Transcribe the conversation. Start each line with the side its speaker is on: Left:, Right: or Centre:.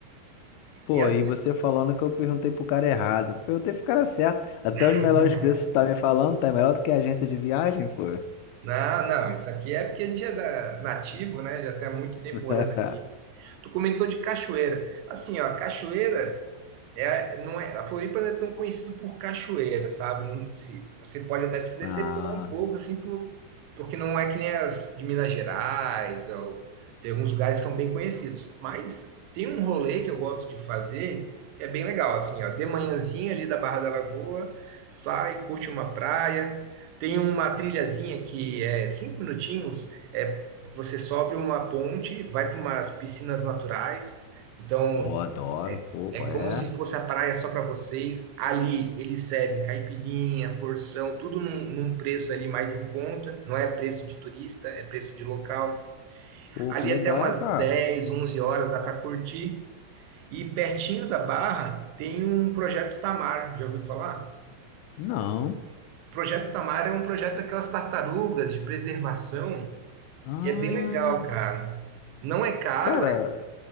Left: Pô,
Right: E assim,
Left: aí você falando que eu perguntei pro cara errado. eu Perguntei pro cara certo. Até
Right: <laughs>
Left: os melhores preços tá me falando, tá melhor do que a agência de viagem, pô.
Right: não, não, isso aqui é porque a gente é da- nativo, né? Já tem há muito tempo
Left: <laughs>
Right: morando aqui. Tu comentou de cachoeira. Assim, ó, cachoeira. É, não é, a Floripa não é tão conhecida por cachoeira, sabe? Não, se, você pode até se decepcionar
Left: Ah,
Right: um pouco, assim, por, porque não é que nem as de Minas Gerais, ou, tem alguns lugares que são bem conhecidos. Mas tem um rolê que eu gosto de fazer, que é bem legal, assim, ó, de manhãzinha ali da Barra da Lagoa, sai, curte uma praia, tem uma trilhazinha que é cinco minutinhos, é, você sobe uma ponte, vai para umas piscinas naturais, então
Left: eu adoro, pô,
Right: é
Left: qual
Right: como
Left: é?
Right: se fosse a praia só para vocês. Ali eles servem caipirinha, porção, tudo num, num preço ali mais em conta. Não é preço de turista, é preço de local.
Left: Pô,
Right: Ali
Left: que legal,
Right: até umas
Left: cara.
Right: 10, 11 horas dá para curtir. E pertinho da Barra tem um projeto Tamar. Já ouviu falar?
Left: Não.
Right: O projeto Tamar é um projeto daquelas tartarugas de preservação
Left: Ah,
Right: e é bem legal, cara. Não é caro,
Left: cara,